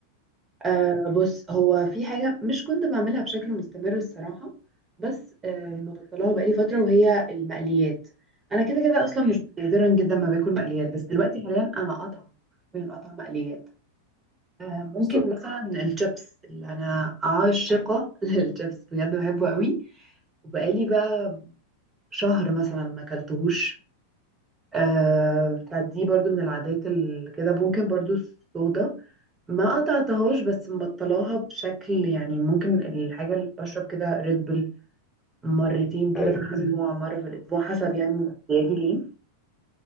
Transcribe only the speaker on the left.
مم.
مم.
بالظبط
ايوه